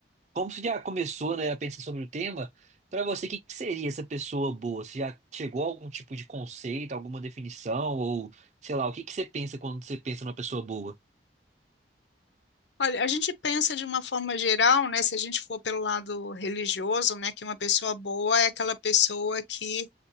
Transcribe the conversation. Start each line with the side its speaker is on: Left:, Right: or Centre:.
Right: Como você já começou, né, a pensar sobre o tema, pra você, o que que seria essa pessoa boa? Você já chegou a algum tipo de conceito, alguma definição, ou sei lá, o que que você pensa quando você pensa numa pessoa boa?
Left: Olha, a gente pensa de uma forma geral, né? Se a gente for pelo lado religioso, né, que uma pessoa boa é aquela pessoa que